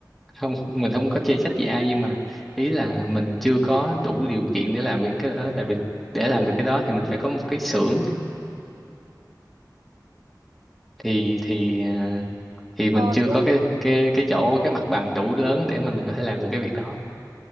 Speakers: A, in the centre; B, on the right.
A: không mình không có chê trách gì ai nhưng mà ý là mình chưa có đủ điều kiện để làm việc cái đó tại vì để làm được cái đó thì mình phải có một cái xưởng thì thì ờ, thì mình
B: Ờ,
A: chưa
B: đúng rồi.
A: có cái cái cái chỗ cái mặt bằng đủ lớn để mà mình có thể làm được cái việc đó